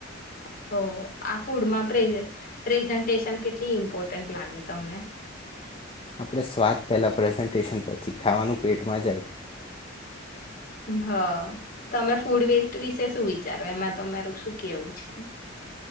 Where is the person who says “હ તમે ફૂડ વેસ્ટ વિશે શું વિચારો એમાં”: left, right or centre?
Left